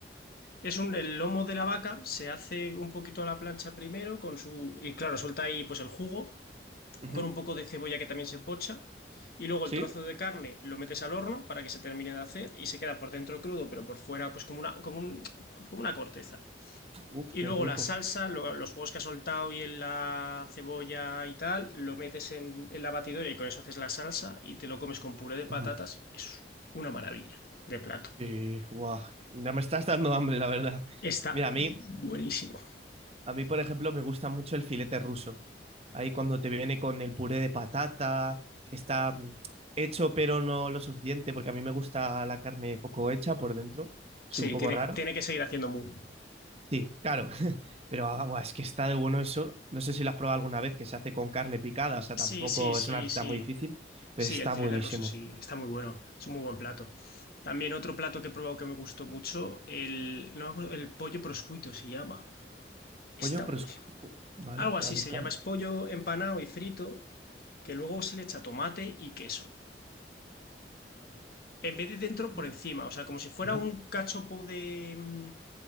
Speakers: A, on the left; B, on the right.
A: Es un, el lomo de la vaca, se hace un poquito a la plancha primero con su, y claro, suelta ahí pues el jugo,
B: Ujú,
A: con un poco de cebolla que también se pocha y luego
B: ¿Sí?
A: el trozo de carne lo metes al horno para que se termine de hacer y se queda por dentro crudo pero por fuera pues como una, como un, como una corteza.
B: Uf,
A: Y
B: qué
A: luego
B: rico.
A: la salsa, lo- los jugos que has soltado y en la cebolla y tal, lo metes en, en la batidora y con eso haces la salsa y te lo comes con puré de
B: ujú.
A: patatas. Es una maravilla de plato.
B: Sí, guau. Ya me estás dando hambre, la verdad.
A: Está
B: Mira, a mí,
A: buenísimo.
B: a mí, por ejemplo, me gusta mucho el filete ruso. Ahí cuando te viene con el puré de patata, que está mm, hecho pero no lo suficiente, porque a mí me gusta la carne poco hecha por dentro. Soy
A: Sí,
B: un poco
A: tiene,
B: raro.
A: tiene que seguir haciendo muy.
B: Sí, claro. <laughs> Pero ah, buah, es que está de bueno eso. No sé si lo has probado alguna vez, que se hace con carne picada. O sea,
A: Sí,
B: tampoco
A: sí, sí,
B: es una receta
A: sí.
B: muy difícil, pero
A: Sí,
B: está
A: el filete
B: buenísimo.
A: ruso sí, está muy bueno, es un muy buen plato. También otro plato que he probado que me gustó mucho, el, no me acuerdo, el pollo proscuito se llama, está
B: Pollo, pero...
A: buenísimo.
B: Vale,
A: Algo así
B: voy a buscarlo.
A: se llama, es pollo empanado y frito, que luego se le echa tomate y queso. En vez de dentro,
B: Vale.
A: por encima, o sea, como si fuera
B: Ujú.
A: un cachopo de... mm,